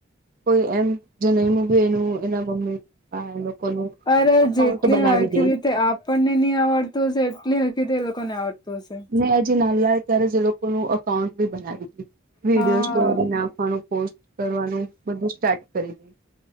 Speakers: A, on the right; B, on the left.
A: કોઈ એમ જે નયમું ભી એનું એના મમ્મી પપ્પા એ લોકોનું
B: અરે
A: અકાઉન્ટ
B: જેટલા
A: બનાવી
B: હરખી
A: દે
B: રીતે આપ આપણને ની આવડતું હશે એટલી હરખી રીતે એ લોકોને આવડતું હશે.
A: ને હજી નાલા હોય ત્યારે જ એ લોકોનું અકાઉન્ટ બી બનાવી દે. વિડીયો
B: હા
A: સ્ટોરી નાખવાનું, પોસ્ટ કરવાનું બધું સ્ટાર્ટ કરી દે.